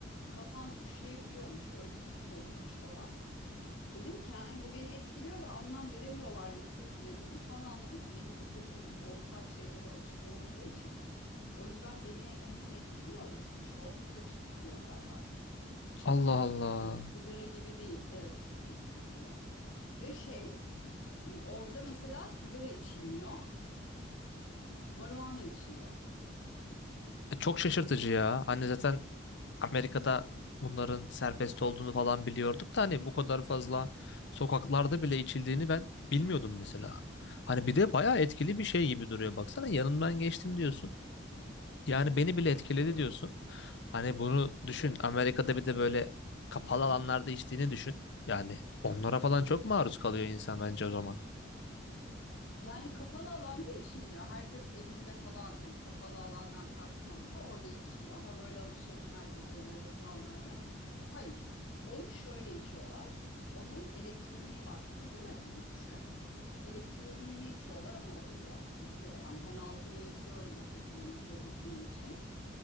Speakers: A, on the left (about 85°); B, on the left (about 65°).
A: kafan üşüyebiliyormuş. Öyle bir his oluyormuş falan. Dedim ki yani bu beni etkiliyor ve anlam veremiyorlar nasıl etkilediğini. Sonra anladık ki benim vücudum o tarz şeylere alışkın olmadığı için. O yüzden beni hemen etkiliyor ve çok kötü kokuyor Ferhat. Çok
B: Allah
A: kötü
B: Allah.
A: kokuyor. Sigara gibi değil. Evet çok kötü kokuyor. Ve şey Orada mesela sigara içilmiyor, marijuana içiliyor.
B: E, çok şaşırtıcı ya. Hani zaten Amerika'da bunların serbest olduğunu falan biliyorduk da hani bu kadar fazla sokaklarda bile içildiğini ben bilmiyordum mesela. Hani bir de bayağı etkili bir şey gibi duruyor. Baksana yanından geçtim diyorsun. Yani beni bile etkiledi
A: Evet,
B: diyorsun. Hani bunu düşün.
A: evet.
B: Amerika'da bir de böyle kapalı alanlarda içtiğini düşün. Yani onlara falan çok maruz kalıyor insan bence o zaman.
A: Yani kapalı alanda içilmiyor. Herkes evinde falan hani kapalı alandan kastım oysa orada içiliyor ama böyle alışveriş merkezlerinde, restoranlarda hayır. Onu şöyle içiyorlar. Onların elektroniği var. Sigara gibi düşün. Elektroniğini içiyorlar ama o da biraz kokuyor. Yani ben algılayabiliyorum o kokuyu nefret ettiğim için.